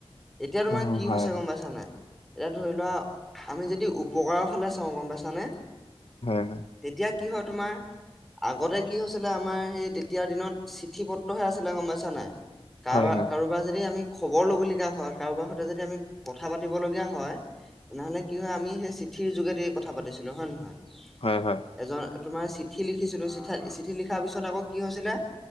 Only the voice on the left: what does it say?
উম
হয়
হয়
হয়, হয়।
হয় হয় হয়
হয় হয় হয়